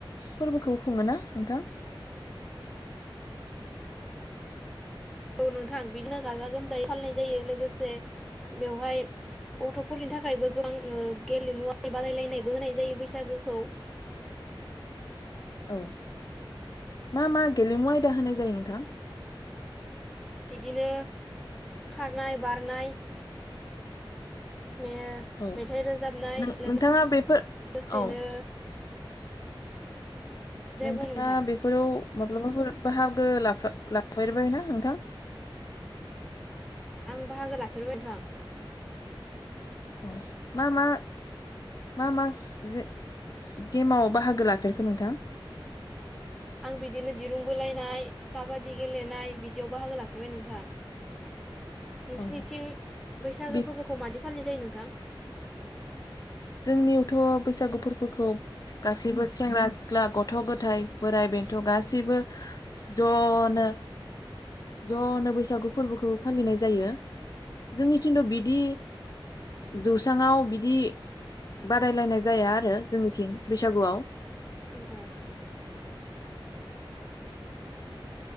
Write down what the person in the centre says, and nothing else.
औ नोंथां बिदिनो गाजा गोमजायै फालिनाय जायो लोगोसे बेवहाय गथ'फोरनि थाखायबो गोबां गेलेमु बादायलायनायबो होनाय जायो बैसागोखौ।
बिदिनो खारनाय बारनाय मे
मेथाइ रोजाबनाय
लोगो
सेनो
बुं नोंथां
आं बाहागो लाफेरबाय <unintelligible> थां।
आं बिदिनो दिरुं बोलायनाय काबादि गेलेनाय बिदियाव बाहागो लाफेरबाय नोंथां। नोंसिनिथिं
बैसागो
फोरबोखौ मादि फालि जायो नोंथां?
उ <unintelligible>